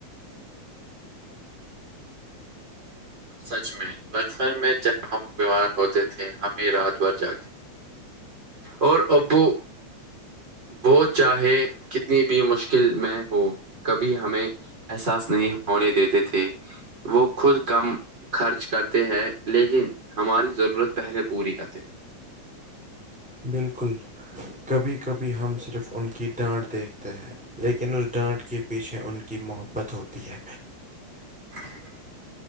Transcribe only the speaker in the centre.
بالکل کبھی کبھی ہم صرف ان کی ڈانٹ دیکھتے ہیں لیکن رٹارٹ کے پیچھے ان کی محبت ہوتی ہے